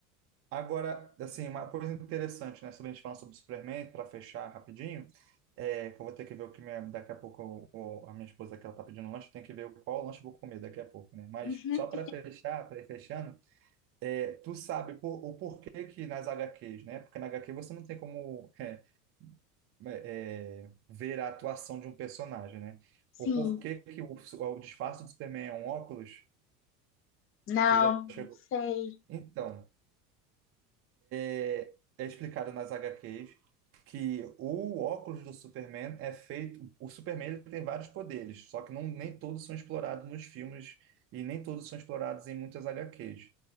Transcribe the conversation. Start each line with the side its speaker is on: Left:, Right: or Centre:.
Right: Agora, assim, uma coisa interessante, né, sobre a gente falar sobre Superman, para fechar rapidinho, é, que eu vou ter que ver o que minha, daqui a pouco o- o- a minha esposa que ela tá pedindo lanche, tem que ver qual lanche eu vou comer daqui a pouco, né? Mas
Left: Uhum.
Right: só para fechar, para ir fechando, é, tu sabe por- o porquê que nas HQs, né? Porque na HQ você não tem como é, é, é, ver a atuação de um personagem, né?
Left: Sim,
Right: O porquê que o, o disfarce do Superman é um óculos,
Left: não,
Right: você já chegou.
Left: não sei.
Right: Então. é, é explicado nas H. HQs que o óculos do Superman é feito. O Superman ele tem vários poderes, só que não, nem todos são explorados nos filmes e nem todos são explorados em muitas H. HQs.